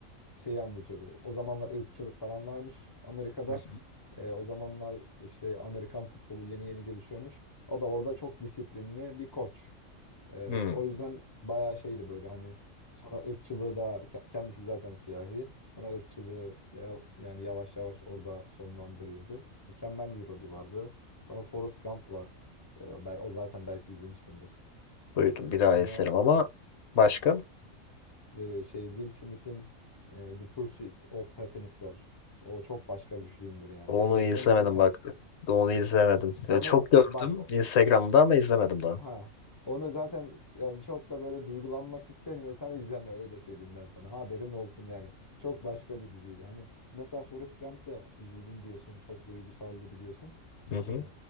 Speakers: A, on the left (about 35°); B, on the left (about 65°).
A: şeyi anlatıyordu. O zamanlar ırkçılık falan varmış Amerika'da.
B: hı.
A: E, o zamanlar işte Amerikan futbolu yeni yeni gelişiyormuş. O da orada çok disiplinli bir koç. E,
B: hı.
A: o yüzden bayağı şeydi böyle hani sonra ırkçılığı da ke- kendisi zaten siyahi. Sonra ırkçılığı ya- yani yavaş yavaş orada sonlandırıyordu. Mükemmel bir rolü vardı. Sonra Forrest Gump var. E, o bel- o zaten belki izlemişsindir.
B: Duydum
A: E,
B: bir daha
A: sonra
B: izlerim ama başka?
A: The şey Will Smith'in e, The Pursuit of Happiness var. O çok başka bir filmdir yani.
B: Onu
A: Eğer izlemediysen
B: izlemedim bak. Onu izlemedim.
A: o-
B: Ya
A: onu
B: çok gördüm
A: bak o-
B: Instagram'da ama izlemedim daha.
A: ha onu zaten yani çok da böyle duygulanmak istemiyorsan izleme öyle söyleyeyim ben sana. Haberin olsun yani. Çok başka bir diziydi. Hani mesela Forrest Gump'ta izledim diyorsun. Çok duygusaldı biliyorsun.
B: Hı hı.
A: Ee,